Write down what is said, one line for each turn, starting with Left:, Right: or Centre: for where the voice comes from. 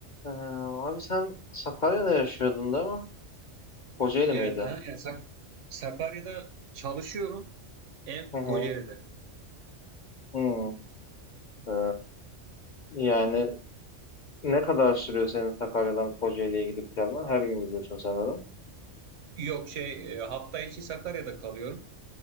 Left: Ee, abi sen Sakarya'da yaşıyordun değil mi? Kocaeli
Right: Evet,
Left: miydi?
Right: aha, yani Sak- Sakarya'da çalışıyorum. Ev
Left: Hı hı.
Right: Kocaeli'de.
Left: Hı. Ee, yani ne kadar sürüyor senin Sakarya'dan Kocaeli'ye gidip gelmen? Her gün gidiyorsun sanırım.
Right: Yok şey e, hafta içi Sakarya'da kalıyorum.